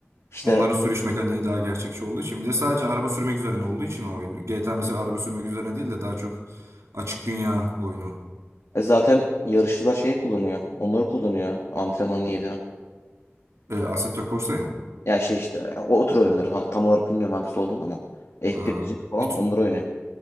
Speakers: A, on the left (about 75°); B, on the right (about 90°).
A: İşte
B: Onların sürüş mekaniği daha gerçekçi olduğu için bir de sadece araba sürmek üzerine olduğu için o oyun. GTA mesela araba sürmek üzerine değil de daha çok açık dünya oyunu.
A: e, zaten yarışçılar şeyi kullanıyor. Onları kullanıyor antrenman niyetine.
B: E, Assetto Corsa'yı mı?
A: Ya şey işte o, o tür oyunlar. Ha, tam olarak bilmiyorum hangisi olduğunu ama F1'ci
B: Ha,
A: falan
B: bir, tü-
A: onları oynuyor.